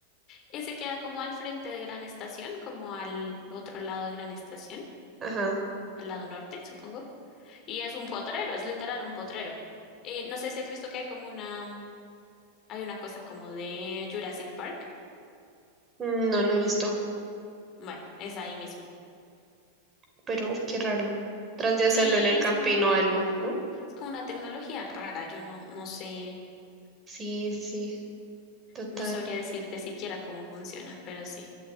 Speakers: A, on the left (about 35°); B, on the right (about 20°).
A: Ese queda como al frente de Gran Estación, como al otro lado de Gran Estación,
B: Ajá.
A: al lado norte, supongo. Y es un potrero, es literal un potrero. Eh, no sé si has visto que hay como una, mm, hay una cosa como de Jurassic Park.
B: Mm, No, no he visto,
A: Bueno, es ahí mismo.
B: pero qué raro. Tras de hacerlo
A: Sí,
B: en el campino
A: es como,
B: o algo, ¿no?
A: es como una tecnología rara. Yo no, no sé,
B: Sí, sí, sí, total.
A: no sabría decirte siquiera cómo funciona, pero sí.